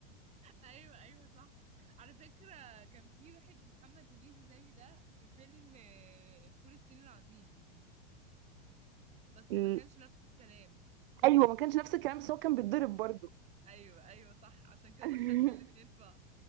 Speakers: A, on the right; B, on the right.
A: ايوه ايوه صح على فكرة كان في واحد محمد هنيدي زي ده في فيلم آه، فول الصين العظيم بس
B: ال-
A: ما كانش نفس الكلام
B: ايوه ما كانش نفس الكلام بس هو كان بيتضرب برضو
A: ايوه ايوه صح عشان كده
B: <laughs>
A: دخلت الاتنين في بعض